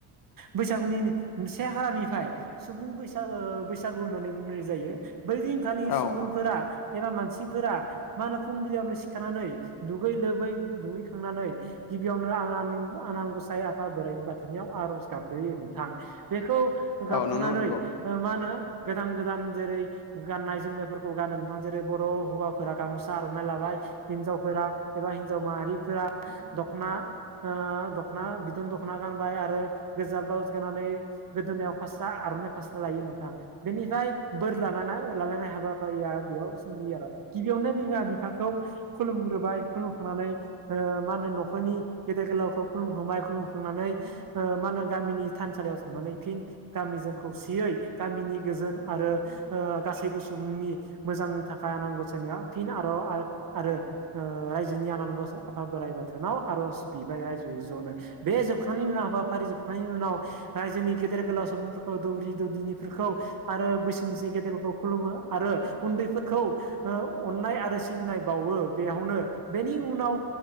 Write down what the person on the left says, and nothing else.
औ
औ
औ
नंगौ नंगौ